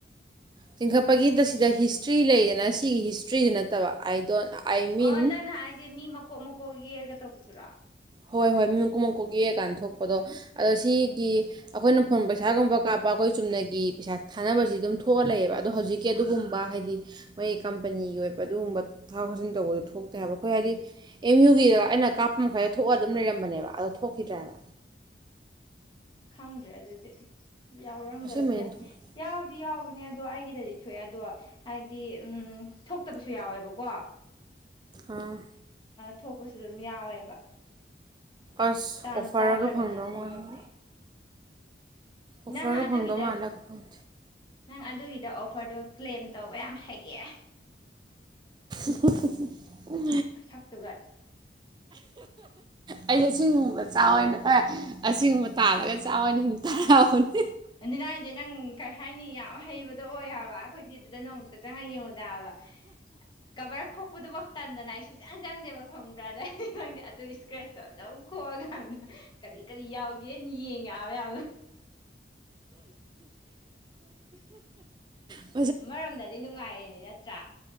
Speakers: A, on the right; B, on the left.
A: ꯆꯤꯡꯈꯠꯄꯒꯤꯗ ꯁꯤꯗ ꯍꯤꯁꯇ꯭ꯔꯤ ꯂꯩꯗꯅ ꯁꯤꯒꯤ ꯍꯤꯁꯇ꯭ꯔꯤꯁꯤ ꯅꯠꯇꯕ ꯑꯥꯏ ꯗꯣꯟ ꯑꯥꯏ ꯃꯤꯟ
B: ꯑꯣ ꯅꯪꯥꯟ ꯍꯥꯏꯁꯦ ꯃꯤ ꯃꯀꯣꯛ ꯃꯀꯣꯛ ꯀꯣ ꯌꯦꯛꯑꯒ ꯇꯧꯕꯗꯨꯔ
A: ꯍꯣꯏ ꯍꯣꯏ ꯃꯤ ꯃꯀꯨꯛ ꯃꯀꯣꯛ ꯌꯦꯛꯑꯀꯥꯟꯗ ꯊꯣꯛꯄꯗꯣ ꯑꯗꯣ ꯁꯤꯒꯤ ꯑꯩꯈꯣꯏꯅ ꯐꯣꯟ ꯄꯩꯁꯥꯒꯨꯝꯕ ꯀꯥꯞꯄ ꯑꯩꯈꯣꯏ ꯆꯨꯝꯅꯒꯤ ꯄꯩꯁꯥ ꯊꯥꯅꯕꯁꯤ ꯑꯗꯨꯝ ꯊꯣꯛꯑꯂꯛꯑꯦꯕ ꯑꯗꯣ ꯍꯧꯖꯤꯛꯀꯤ ꯑꯗꯨꯒꯨꯝꯕ ꯍꯥꯏꯗꯤ ꯃꯣꯏꯒꯤ ꯀꯝꯄꯅꯤꯒꯤ ꯑꯣꯏꯕ ꯑꯗꯨꯒꯨꯝꯕ ꯊꯕꯣꯛ ꯊꯧꯁꯤꯟ ꯇꯧꯕꯗ ꯊꯣꯛꯇꯦ ꯍꯥꯏꯕ ꯑꯩꯈꯣꯏ ꯍꯥꯏꯗꯤ ꯑꯦꯝ ꯌꯨꯒꯤꯗ ꯑꯩꯅ ꯀꯥꯞꯄ ꯃꯈꯥꯏ ꯔꯝꯕꯅꯦꯕ ꯑꯗꯣ ꯊꯣꯛꯈꯤꯗꯔ꯭ꯦ
B: ꯈꯪꯗ꯭ꯔꯦ ꯑꯗꯨꯗꯤ ꯌꯥꯎꯔꯝꯕꯁꯨ
A: ꯑꯁꯦꯡꯕꯩꯅ ꯊꯣꯛꯈꯤ
B: ꯌꯥꯎ ꯑꯗꯨꯗꯤ ꯌꯥꯎꯕꯅꯦ ꯑꯗꯣ ꯑꯩꯒꯤꯗꯗꯤ ꯊꯣꯛꯑꯦ ꯑꯗꯣ ꯍꯥꯏꯗꯤ ꯎꯝ ꯊꯣꯛꯇꯕꯁꯨ ꯌꯥꯎꯋꯦꯕꯀꯣ
A: ꯑꯥ
B: ꯊꯣꯛꯄꯁꯨ ꯑꯗꯨꯝ ꯌꯥꯎꯋꯦꯕ
A: ꯑꯁ
B: ꯇꯥꯟ
A: ꯑꯣꯐꯔꯒ
B: ꯆꯥꯗ꯭ꯔꯒꯅ
A: ꯐꯪꯗꯣ
B: ꯊꯣꯛꯂꯛꯇꯦ
A: ꯃꯥꯂ
B: ꯅꯪ
A: ꯑꯣꯐꯥꯒ
B: ꯑꯗꯨꯒꯤꯗ
A: ꯐꯪꯗꯃ ꯃꯜꯂꯦꯗ ꯐꯪ
B: ꯅꯪ ꯑꯗꯨꯒꯤꯗ ꯑꯣꯐꯔꯗꯣ ꯀ꯭ꯂꯦꯝ ꯇꯧꯕ ꯌꯥꯝ ꯍꯩꯌꯦ
A: <unintelligible>
B: ꯅꯁꯛꯇꯨꯒ
A: ꯑꯩꯩꯅ ꯁꯤꯒꯨꯝꯕꯆ ꯑꯣꯏꯅ ꯑꯦ ꯑꯁꯤꯒꯨꯝꯕ ꯇꯥꯜꯂꯒ ꯆꯥꯝꯃꯅꯤ ꯍꯤꯡꯇꯔꯕꯅꯦ
B: ꯑꯗꯨꯅ ꯍꯥꯏꯁꯦ ꯅꯪ ꯀꯔꯤ ꯍꯥꯏꯅꯤ ꯌꯥꯝ ꯍꯩꯕꯗꯣ ꯑꯣꯏ ꯍꯥꯏꯕ ꯑꯩꯈꯣꯏꯗꯤ ꯑꯗꯨꯗ ꯅꯣꯡꯃꯨꯇ ꯆꯪꯉꯒ ꯌꯦꯡꯉꯨꯗꯕ ꯀꯕꯔ ꯈꯣꯛꯄꯗꯨꯐ ꯇꯟꯗꯅ ꯑꯩ ꯁꯨꯡꯆꯪ ꯆꯪꯗꯦꯕ ꯈꯪꯕ꯭ꯔꯥ ꯑꯗ ꯑꯩ ꯅꯪꯗꯤ ꯑꯗꯨ ꯏꯁꯀ꯭ꯔꯦꯁꯇꯣ ꯑꯗꯨꯝ ꯈꯣꯛꯑꯒ ꯈꯪꯗ ꯀꯔꯤ ꯀꯔꯤ ꯌꯥꯎꯒꯦꯅ ꯌꯦꯡꯉꯦ ꯍꯥꯏꯕ ꯌꯥꯝꯅ
A: ꯑ
B: ꯑꯃꯔꯣꯝꯗꯗꯤ ꯅꯨꯡꯉꯥꯏꯔꯤꯅꯦ ꯅꯠꯇ꯭ꯔꯥ